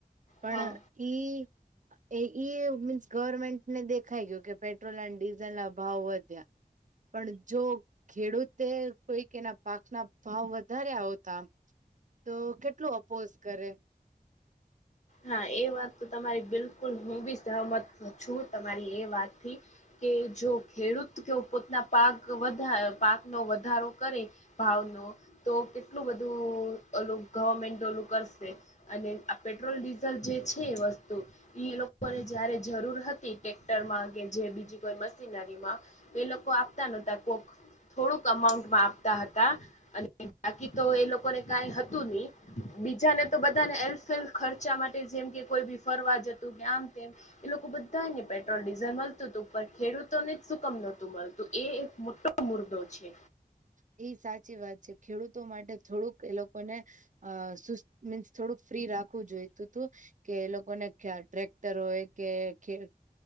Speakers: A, on the right; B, on the left.
A: પણ
B: હા
A: ઈ એ ઈ મીન્સ ગવર્મેન્ટને દેખાઈ ગયું કે પેટ્રોલ અને ડીઝલ ના ભાવ વધ્યા પણ જો ખેડૂતે કોઈક એના પાક ના ભાવ વધારે્યા આવતા તો કેટલું અપોઝ કરે
B: હા એ વાત તો તમારી બિલકુલ હું બી સહમત છું તમારી એ વાતથી કે જો ખેડૂત કે પોતાના પાક વધ પાકનો વધારો કરે ભાવ ન તો કેટલું બધું ઓલું ગવર્મેન્ટ ઓલું કરશે અને આ પેટ્રોલ ડીઝલ જે છે વસ્તુ એ લોકોને જયારે જરૂર હતી ટેક્ટરમાં કે જે બીજી કોઈ મશીનરી માં એ લોકો આપતા નહતા કોક થોડુંક અમાઉન્ટમાં આપતા હતા. અને બાકી તો એ લોકોને કઈ હતું નહી બીજાને તો બધાને એલ્ફ ખર્ચા માટે જેમ કે કોઈ બી ફરવા જતું કે આમ તેમ એ લોકો બધાને પેટ્રોલ ડીઝલ મળતું હતું ઉપ ખેડૂતો ને જ સુકમ નહોતું મળતું એ એક મોટું મુર્દો છે.
A: એ સાચી વાત છે ખેડૂતો માટે થોડુંક એ લોકોને અ મીન્સ થોડુંક ફ્રી રાખવું જોઈ તું તું કે એ લોકોને્યા ટ્રેક્ટર હોય કે